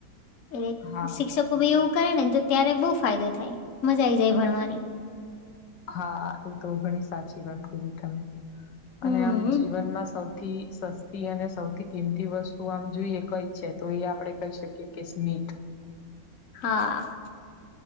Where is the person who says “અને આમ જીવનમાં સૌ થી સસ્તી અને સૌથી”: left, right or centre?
Left